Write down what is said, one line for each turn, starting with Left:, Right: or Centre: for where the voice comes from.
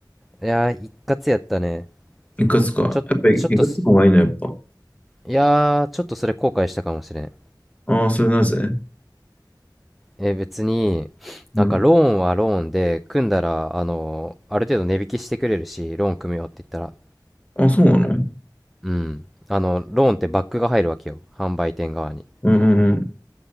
Centre: いやー、一括やったね。
Left: 一括か。
Centre: ちょ、
Left: やっぱり一括の方がいいの、
Centre: ちょっとす、
Left: やっぱ。
Centre: いやー、ちょっとそれ後悔したかもしれん。
Left: ああ、それなぜ
Centre: え、別に、
Left: うん。
Centre: なんかローンはローンで、組んだら、あの、ある程度値引きしてくれるし、ローン組むよって言ったら、
Left: あ、そうなの
Centre: うん。あの、ローンってバックが入るわけよ、販売店側に。
Left: うん、うん、